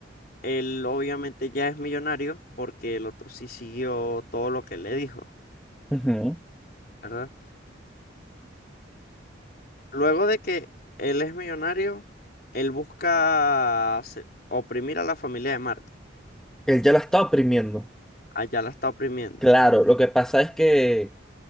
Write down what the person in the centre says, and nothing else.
Ujú.
Él ya la está oprimiendo.
Claro, lo que pasa es que,